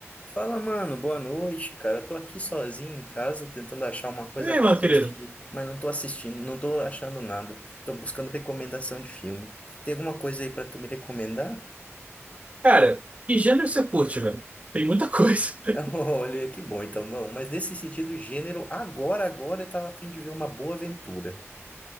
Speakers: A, on the left; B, on the right.
A: Fala, mano, boa noite, cara. Tô aqui sozinho em casa tentando achar uma coisa
B: Ei,
A: pra
B: meu
A: assistir,
B: querido.
A: mas não tô assistindo, não tô achando nada. Tô buscando recomendação de filme. Tem alguma coisa aí pra tu me recomendar?
B: Cara, que gênero você curte, velho? Tem muita coisa. <laughs>
A: <laughs> Olha, que bom então, mano. Mas nesse sentido, gênero, agora, agora eu tava a fim de ver uma boa aventura.